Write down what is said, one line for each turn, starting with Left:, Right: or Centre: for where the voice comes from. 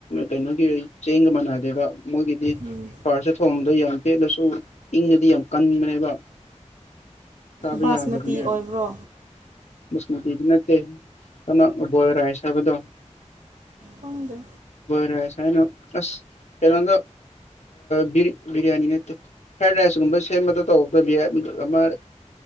Left: ꯀꯩꯅꯣꯒꯤ ꯆꯦꯡꯒ ꯃꯥꯟꯅꯗꯦꯕ ꯃꯣꯏꯒꯤ ꯍꯥꯏꯗꯤ
Right: ꯎꯝ
Left: ꯐꯥꯔꯁꯗ ꯊꯣꯡꯕꯗ ꯌꯥꯝ ꯄꯦꯂꯁꯨ ꯏꯪꯉꯗꯤ ꯌꯥꯝ ꯀꯟꯕꯅꯦꯕ ꯁꯥꯕꯤ
Right: ꯕꯥꯁꯃꯇꯤ
Left: ꯌꯥꯗꯕꯅꯦ ꯌꯥ
Right: ꯑꯣꯏꯕ꯭ꯔꯣ
Left: ꯁꯃꯇꯗꯤ ꯅꯠꯇꯦ ꯑꯃꯕꯔꯥꯏ ꯍꯥꯏꯕꯗꯣ
Right: ꯐꯪꯗꯦ
Left: ꯔꯥꯏꯍꯥꯏꯅ ꯑ ꯀꯩꯅꯣꯗꯣ ꯕꯤꯔꯌꯥꯅꯤ ꯅꯠꯇꯦ ꯐ꯭ꯔꯥꯏꯗ ꯔꯥꯏꯁꯀꯨꯝꯕ ꯁꯦꯝꯕꯗ ꯇꯧꯕꯗ ꯑꯃ ꯑ